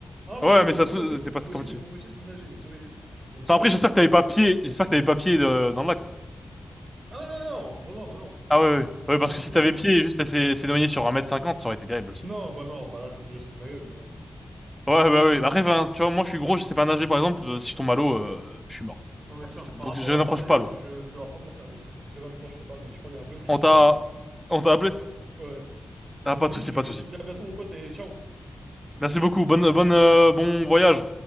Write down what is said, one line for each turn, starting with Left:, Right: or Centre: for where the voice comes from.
Right: Ah, moi,
Centre: Ouais,
Right: mon
Centre: mais
Right: métier,
Centre: ça se
Right: moi,
Centre: trouve,
Right: c'est...
Centre: c'est pas
Right: Mon
Centre: ça ton
Right: métier,
Centre: métier.
Right: c'est mon métier, c'est de nager et de sauver les gens. Mon métier,
Centre: Enfin,
Right: moi,
Centre: après,
Right: c'est pas
Centre: j'espère
Right: de savoir.
Centre: que t'avais pas pied, j'espère que t'avais pas pied de- dans le lac. quoi.
Right: Ah non, non, non, non, non, bah non.
Centre: Ah ouais, ouais, ouais,
Right: Ah
Centre: parce
Right: non, je
Centre: que
Right: te
Centre: si
Right: dis,
Centre: t'avais
Right: c'est...
Centre: pied et juste elle s'est s'est noyée sur un mètre cinquante, ça aurait été terrible aussi.
Right: Non, bah non, bah là, je lui dis, elle se fout de ma gueule, là.
Centre: Ouais, bah ouais. Après, enfin, tu vois, moi je suis gros, je sais pas nager par exemple, euh, si je tombe à l'eau, euh, je suis mort.
Right: Non, mais
Centre: Voilà,
Right: tiens,
Centre: je te- Donc
Right: par rapport
Centre: je
Right: à
Centre: n'approche
Right: ça, d'ailleurs,
Centre: pas l'eau.
Right: je vais devoir prendre mon service, parce que là, en même temps, je te parle, mais je crois qu'il y a un gosse qui
Centre: On
Right: se
Centre: t'a
Right: noie.
Centre: on
Right: Donc,
Centre: t'a appelé?
Right: euh, ouais. Donc,
Centre: Ah, pas
Right: vas-y,
Centre: de souci,
Right: je te,
Centre: pas de
Right: je
Centre: souci.
Right: te dis à bientôt, mon pote, et ciao!
Centre: Merci beaucoup, bonne bonne euh, bon voyage.